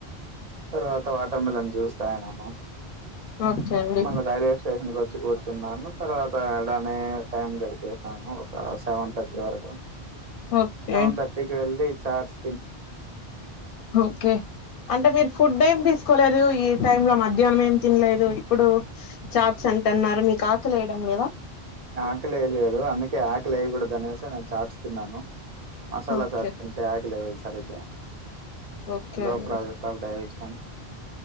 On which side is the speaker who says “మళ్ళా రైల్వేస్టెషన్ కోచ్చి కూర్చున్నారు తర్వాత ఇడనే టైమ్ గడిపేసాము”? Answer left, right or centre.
Right